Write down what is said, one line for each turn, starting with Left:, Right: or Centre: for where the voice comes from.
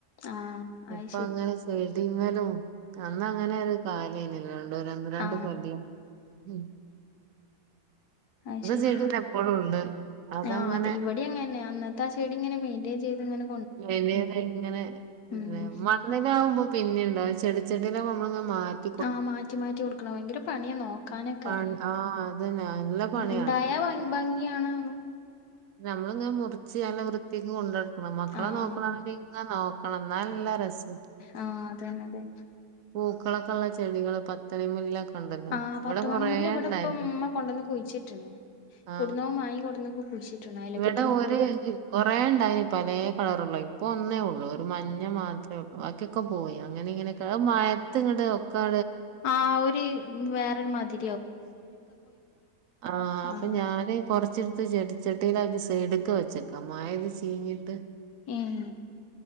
Left: ആഹ ആയി
Right: അപ്പൊ അങ്ങനെ ചെയിത് കഴിഞ്ഞാലും. അന്നങ്ങനെ ഒരു കാലേനുവല്ലോ ഒന്ന് രണ്ട്
Left: ആ
Right: കൊല്ലം ഉ
Left: ഐ ശ്ശെരി
Right: ചെടിന്നെ ഇപ്പളും ഉണ്ട് അതങ്ങനെ
Left: ആ അതെ ഇവിടെ അങ്ങന്നെ അന്ന ആ ഷെയിടിങ്ങനെ മെയ്ന്റെയ്ൻ ചെയ്തിങ്ങനെ
Right: പിന്നെയിടെ ഇങ്ങനെ ഇങ്ങനെയാകുമ്പോ
Left: ഉം
Right: പിന്നേം ഉണ്ടാവും ചെടിച്ചെട്ടിയിലെ മണ്ണങ്ങു മാറ്റ
Left: ആ മാറ്റി മാറ്റി കൊടുക്കണം ഭയങ്കര പണിയ നോക്കാനൊക്കെ
Right: പണി
Left: അറിയ
Right: ആഹ് അതന്നെ നല്ല പണിയാണ്
Left: ണ്ടായാ ഭംഗ ഭംഗിയാണ്.
Right: നമ്മളിങ്ങെ മുറിച്ച് അയിനെ വൃത്തിയക്ക് കൊണ്ടടക്കണം. ന മക്കളെ
Left: ആഹ്
Right: നോക്കണനെങ്കിൽ നോക്കണം എന്നാ നല്ല രസം.
Left: ആ അതന്നെ അതെ.
Right: പൂക്കളൊക്കെ ഉള്ള ചെടികള് പത്തണി മുല്ല ണ്ടല്ലോ
Left: ആഹ്
Right: ഇവിടെ
Left: പത്ത്
Right: കൊറേ
Left: മണിമുല്ല ഇവിടെ
Right: ഇണ്ടായി
Left: ഇപ്പം ഉമ്മ കൊണ്ടന്ന് കുഴിച്ചിട്ട്ണ്
Right: ആ
Left: ഇവിടുന്നോ <unintelligible>
Right: ഇവിടെ ഓര്
Left: കൊടന്നക്കും
Right: കുറെ ഉണ്ടായിന് പല കളറള്ളത് ഇപ്പൊ ഒന്നേ ഉള്ളു ഒരു മഞ്ഞ മാത്രമേ ഉള്ളൂ ബാക്കി ഒക്കെ ക്കെ പോയി അങ്ങനെ ഇങ്ങനൊക്ക മയത്തിങ്ങാട് ഒക്കാ,
Left: ആ ഒര് വേറെ മതി.
Right: ആ അപ്പൊ
Left: ആഹ്
Right: ഞാന് കുറച്ചെടുത്ത് ചെടിച്ചട്ടിയിലക്കി സൈടുക്ക വെച്ചേക്കാം മായെത് ചീഞ്ഞിട്ട്
Left: ഉം